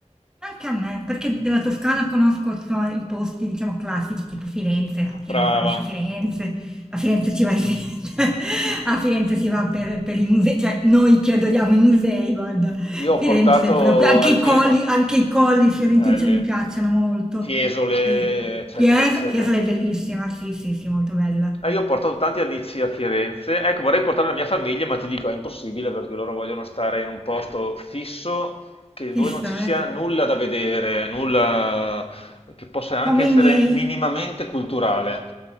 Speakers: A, in the centre; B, on the left.
A: Anche a me, perché della Toscana conosco so, i posti, diciamo, classici, tipo Firenze, chi
B: Brava.
A: non conosce Firenze, a Firenze ci vai sempre, <laughs> a Firenze si va per, per i musei, cioè noi che adoriamo i musei, guarda,
B: Io ho
A: Firenze
B: portato
A: proprio, anche
B: almeno
A: i colli, anche i colli fiorentini
B: Ellie,
A: cioè, mi piacciono molto,
B: Fiesole,
A: sì.
B: eccetera,
A: Fies-
B: eccetera.
A: Fiesole è bellissima, sì, sì, sì, molto bella,
B: Eh, io ho portato tanti amici a Firenze. Ecco, vorrei portare la mia famiglia, ma ti dico è impossibile perché loro vogliono stare in un posto fisso che- dove
A: fissa,
B: non ci sia
A: eh?
B: nulla da vedere, nulla che possa anche
A: Come
B: essere
A: i miei.
B: minimamente culturale.